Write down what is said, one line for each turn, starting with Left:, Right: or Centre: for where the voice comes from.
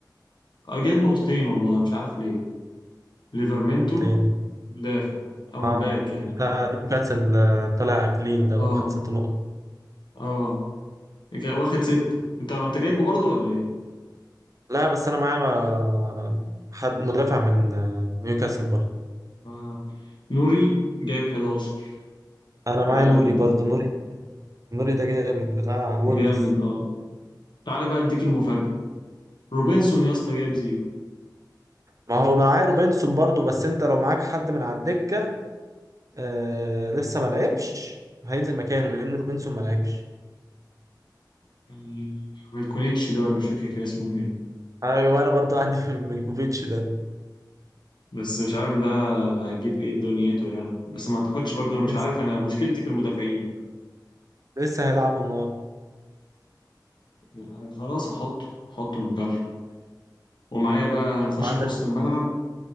Left: آه، جاب نقطتين والله مش عارف ليه ليفرمنتو
Right: مين تاني؟
Left: مدافع او
Right: اه
Left: باك يعني
Right: بتاع نيوكاسل آه، طلع كلين ده
Left: اه
Right: واخد ست نقط
Left: اه جا- واخد ستة انت انت جايبه برضو ولا ايه
Right: لا بس انا معايا آه، حد مدافع من آه، نيوكاسل برضه
Left: آه. نوري جايب 11
Right: انا
Left: ده
Right: معايا
Left: قلب
Right: نوري
Left: الدفاع
Right: برضه نوري نوري ده جامد بتاع وولفز
Left: جامد اه تعالى بقى اديك المفاجأة روبنسون يا اسطى جايب زيرو
Right: ما هو معاه روبنسون برضو بس انت لو معاك حد من على الدكه آه لسه ما لعبش هينزل مكانه لان روبنسون ما لعبش
Left: يعني ميلكونيتش ده ولا مش فاكر كان اسمه ايه
Right: ايوه انا برضو عندي <laughs> في ميلكوفيتش ده
Left: بس مش عارف ده هيجيب ايه دنيته يعني بس ما اعتقدش برضه انا
Right: لسه
Left: مش عارف انا مشكلتي في المدافعين
Right: لسه هيلعبوا النهارده
Left: يعني خلاص هحطه هحطه ونجرب ومعايا بقى نخش
Right: وعندك
Left: في وسط الملعب